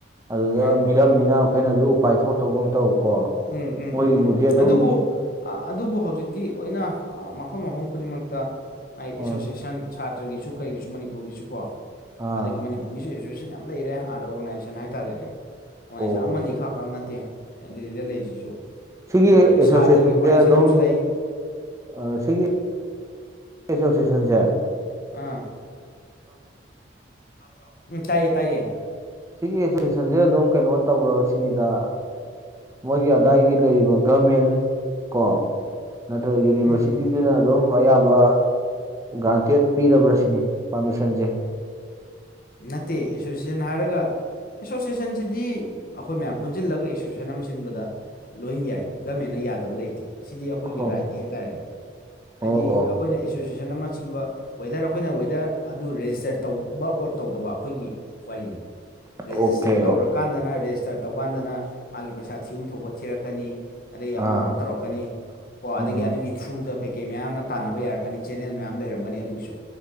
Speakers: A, on the right; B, on the left.
A: ꯑꯗꯨꯗ
B: ꯃꯥꯅꯦ
A: ꯃꯤꯔꯝꯅꯤꯅ ꯑꯩꯈꯣꯏꯅꯗꯨ ꯎꯄꯥꯏ ꯊꯣꯛꯇꯥꯒꯨꯝ ꯇꯧꯀꯣ
B: ꯎꯝ ꯎꯝ ꯎꯝ
A: ꯃꯣꯏꯕꯨꯗꯤ
B: ꯎꯝ
A: ꯑꯗꯨꯝ
B: ꯑꯗꯨꯕꯨ ꯑꯗꯨꯕꯨ ꯍꯧꯖꯤꯛꯇꯤ ꯂꯣꯏꯅ ꯃꯐꯝ ꯃꯐꯝ ꯈꯨꯗꯤꯡꯃꯛꯇ ꯃꯥꯏ
A: ꯎꯝ
B: ꯑꯦꯁꯣꯁꯤꯌꯦꯁꯟ ꯁꯥꯇ꯭ꯔꯒꯤꯁꯨ ꯀꯔꯤꯒꯤꯁꯨ ꯃꯅꯤꯄꯨꯔꯒꯤꯁꯨ ꯀꯣ
A: ꯑꯥ
B: ꯑꯗꯒꯤ ꯑꯗꯨꯒꯤꯁꯨ ꯑꯦꯁꯣꯁꯤꯌꯦꯟ ꯌꯥꯝ ꯂꯩꯔꯦ ꯑꯥꯗ ꯑꯣꯔꯒꯅꯥꯏꯖꯦꯁꯟ ꯍꯥꯏꯇꯥꯔꯦꯅꯦ ꯑꯣꯔꯒꯅꯥꯏꯖꯦꯁꯟ
A: ꯑꯣ
B: ꯑꯃꯅꯤꯅꯤ ꯈꯛ ꯈ ꯅ ꯑꯗꯨꯩꯗ <inaudible> ꯂꯩꯔꯤꯁꯤꯁꯨ
A: ꯁꯤꯒꯤ
B: ꯍꯥꯏꯗꯤ
A: ꯑꯦꯁꯣꯁꯦꯁꯟꯖꯦ
B: ꯁꯥꯇ꯭ꯔꯒꯤ ꯑꯣꯔꯒꯅꯥꯏꯖꯦꯁꯟ
A: ꯑꯗꯨꯝ
B: ꯑꯃꯁꯨ ꯂꯩ
A: ꯑ ꯁꯤꯒꯤ ꯑꯦꯁꯣꯁꯦꯁꯟꯖꯦ꯫
B: ꯑꯥ ꯇꯥꯕꯔꯣ ꯇꯥꯏꯌꯦ ꯇꯥꯏꯌꯦ꯫
A: ꯁꯤꯒꯤ ꯑꯦꯁꯣꯁꯦꯁꯟꯖꯦ ꯑꯗꯨꯝ ꯀꯩꯅꯣ ꯇꯧꯕꯔꯣ ꯁꯤꯅꯤꯗ꯫ ꯃꯣꯏꯒꯤ ꯑꯗꯥꯏꯒꯤ ꯂꯩꯔꯤꯕ ꯒꯃꯦꯟ ꯀꯣ ꯅꯠꯇ꯭ꯔꯒ ꯌꯨꯅꯤꯚꯔꯁꯤꯇꯤꯖꯤꯅ
B: ꯎꯝ ꯎꯝ
A: ꯑꯗꯨꯝ ꯑꯌꯥꯕ ꯒ꯭ꯔꯥꯟꯇꯦꯠ ꯄꯤꯔꯕ꯭ꯔ ꯁꯤꯅꯤ ꯄꯥꯔꯃꯤꯁꯟꯖꯦ꯫
B: ꯅꯠꯇꯦ ꯑꯦꯁꯣꯁꯦꯁꯟ ꯍꯥꯏꯔꯒ ꯑꯦꯁꯣꯁꯦꯁꯟꯖꯤꯗꯤ ꯑꯩꯈꯣꯏ ꯃꯌꯥꯝ ꯄꯨꯟꯖꯤꯜꯂꯒ ꯑꯦꯁꯣꯁꯦꯁꯟ ꯑꯃ ꯁꯤꯟꯕꯗ ꯂꯣꯏ ꯌꯥꯏ ꯒꯃꯦꯟꯅ ꯌꯥꯗꯕ ꯂꯩꯇꯦ꯫ ꯁꯤꯗꯤ ꯑꯩꯈꯣꯏꯒꯤ
A: ꯑꯣ
B: ꯔꯥꯏꯠꯅꯤ ꯍꯥꯏꯇꯥꯔꯦꯅꯦ ꯍꯥꯏꯗꯤ
A: ꯑꯣ ꯑꯣ
B: ꯑꯩꯈꯣꯏꯅ ꯑꯦꯁꯣꯁꯌꯦꯁꯟ ꯑꯃ ꯁꯤꯕ <inaudible> ꯋꯦꯗꯔ ꯑꯩꯈꯣꯏꯅ ꯋꯦꯗꯔ ꯑꯗꯨ ꯔꯦꯖꯤꯁꯇꯔ ꯇꯧꯕ ꯑꯣꯔ ꯇꯧꯗꯕ ꯑꯩꯈꯣꯏꯒꯤ ꯋꯥꯔꯤꯅꯤ
A: ꯑꯣꯀꯦ
B: ꯔꯦꯖꯤꯁꯇꯔ
A: ꯑꯣꯀꯦ
B: ꯇꯧꯔꯀꯥꯟꯗꯅ ꯔꯦꯖꯤꯁꯇꯔ ꯇꯧꯀꯥꯟꯗꯅ ꯃꯥꯒꯤ ꯄꯩꯁꯥ ꯊꯤꯕꯝ ꯊꯣꯛꯄ ꯊꯤꯔꯛꯀꯅꯤ ꯑꯗꯩ
A: ꯑꯥ
B: ꯑꯃ ꯑꯃ ꯇꯧꯔꯛꯀꯅꯤ ꯍꯣ
A: ꯎꯝ
B: ꯑꯗꯒꯤ ꯑꯗꯨꯒꯤ ꯊ꯭ꯔꯨꯗ ꯀꯩꯀꯩ ꯃꯌꯥꯝ ꯑꯃ ꯇꯥꯟꯅꯕ ꯌꯥꯔꯛꯀꯅꯤ ꯆꯦꯅꯦꯜ ꯃꯌꯥꯝ ꯂꯩꯔꯝꯒꯅꯤ ꯑꯗꯨꯒꯤꯁꯨ